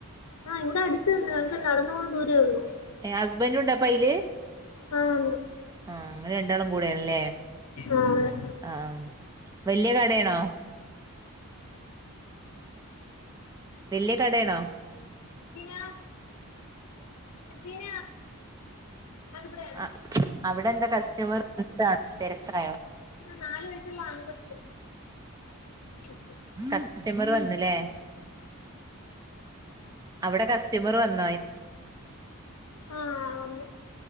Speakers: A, on the left (about 85°); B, on the right (about 15°).
A: ആഹ് ഇവിടെ അടുത്ത് ഞങ്ങക്ക് നടന്നു പോകൻ ദൂരേ ഉള്ളു
B: ഏ ഹസ്ബന്റ് ഉണ്ടപ്പയില്
A: ആഹ് ഉണ്ട്
B: ആഹ് നിങ്ങള് രണ്ടാളും കൂടെ ആണല്ലേ
A: ആഹ് അതെ
B: ആ വലിയ കടയാണോ വല്യയ കടയാണോ
A: സിന റെസീന ആ ഇപ ടെ
B: ആഹ് അവിടെ എന്താ കസ്റ്റമർ വിട്ടാണോ തിരക്കായോ
A: നാലു വയസുള്ള ആൺകൊച്ച്ബ സ്
B: കസ്റ്റമർവന്നല്ലേ അവിടെ കസ്റ്റമർ വന്ന
A: ആഹ് വന്നു